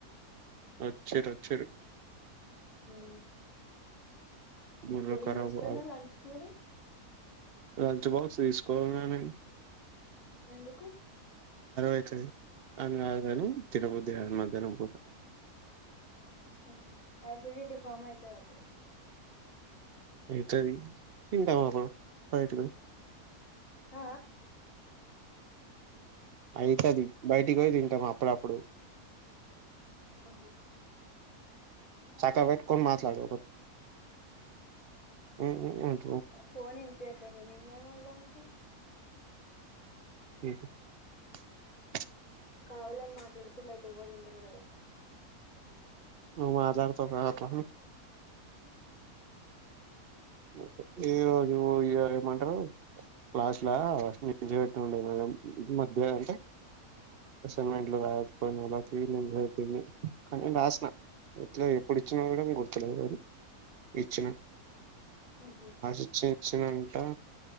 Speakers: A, on the right; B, on the left.
A: వచ్చిరు వచ్చిరు
B: హ
A: బుర్ర
B: ఏం
A: ఖరాబ్
B: తీసుకో పోయినవ్
A: కాలే
B: లంచ్ కు మరి
A: లంచ్ బాక్స్ తీసుకోవాలనండి
B: ఎందుకు
A: అయితది అని రాదుగాని తిరుపతి అ మద్యం కూడా
B: ఆహా అసిడిటీ ఫామ్ అయితేదాప్పుడు
A: <unintelligible>
B: ఆ
A: అయితది బయటికు పోయి తింటా ప్పుడుప్పుడు
B: ఆహా
A: సక్కగా పెట్టుకొని మాట్లాడు ఉహు ఉహు
B: ఫోన్ వినిపియట్లే నేను ఎం చేయాలా దానికి
A: <unintelligible>
B: కావాలని మాట్లాడుకుండా అయితే ఎవరు ఉ ఉండరు కదా
A: నువ్వు మాట్లాడుతావ్గా అట్లనే ఒకే ఏ రోజు ఇ ఏమంటారు క్లాస్ లా మట్టిండేది మేడం మధ్య అంటే అసైన్మెంట్లు రాకపోయిన వాళ ఫీట్టింది కానీ రాసిన ఇట్లా ఎప్పుడు ఇచ్చినా మేడం గుర్తులేదు అని ఇచ్చిన
B: ఉహు
A: ఇచ్చినంత